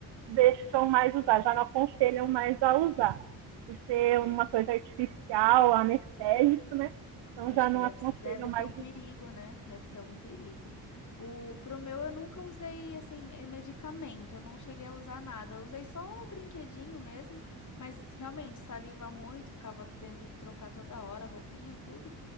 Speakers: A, on the right; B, on the left.
A: deixam mais usar, já não aconselham mais a usar, por ser uma
B: É.
A: coisa artificial, anestésico, né? Então
B: Eu
A: já
B: Acho que
A: não
B: deve,
A: aconselham
B: deve
A: mais
B: ter um
A: usar.
B: perigo, né? Deve ter um perigo. O, pro meu, eu nunca usei, assim, eh, medicamento. Eu não cheguei a usar nada. Eu usei só o brinquedinho mesmo. Mas, realmente, saliva muito. Ficava tendo que trocar toda hora, roupinha, tudo.